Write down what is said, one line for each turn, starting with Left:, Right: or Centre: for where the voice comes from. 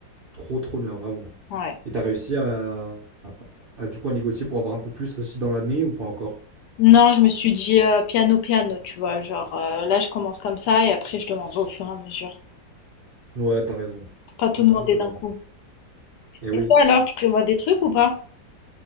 Right: Trop, trop bien, vraiment.
Left: Ouais.
Right: Et t'as réussi à, à, à, du coup à négocier pour avoir un peu plus aussi dans l'année ou pas encore?
Left: Non, je me suis dit, heu, piano, piano, tu vois? Genre, heu, là, je commence comme ça et après je demanderai au fur et à mesure.
Right: Ouais, t'as raison.
Left: Pas tout
Right: T'as
Left: demander
Right: raison, t'as
Left: d'un
Right: raison.
Left: coup.
Right: Eh oui.
Left: Et toi alors, tu prévois des trucs ou pas?